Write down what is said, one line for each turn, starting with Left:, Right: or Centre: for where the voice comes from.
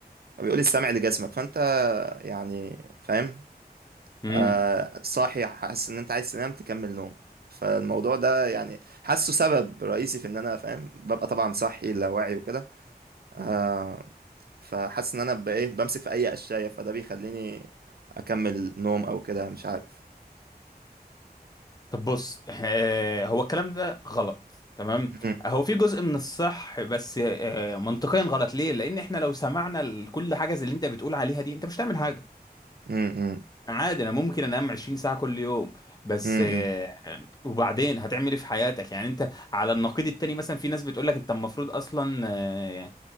Right: بيقول السمع لجسمك فانت يعني فاهم
Left: امم
Right: آه صاحي حاسس ان انت عايز تنام تكمل نوم فالموضوع ده يعني حاسه سبب رئيسي في ان انا فاهم ببقى طبعا صاحي لا واعي وكده آه فحاسس ان انا ببقى ايه بمسك في اي قشاية فده بيخليني اكمل نوم او كده مش عارف
Left: طب بص آه، هو الكلام ده غلط تمام
Right: مم.
Left: هو في جزء من الصح بس آه، منطقيا غلط ليه لان احنا لو سمعنا لكل حاجه زي اللي انت بتقول عليها دي انت مش هتعمل حاجه
Right: مم. مم.
Left: عادي انا ممكن انام 20 ساعه كل يوم بس
Right: مم.
Left: آه، وبعدين هتعمل ايه في حياتك يعني انت على النقيض التاني مثلا في ناس بتقول لك انت المفروض اصلا آه،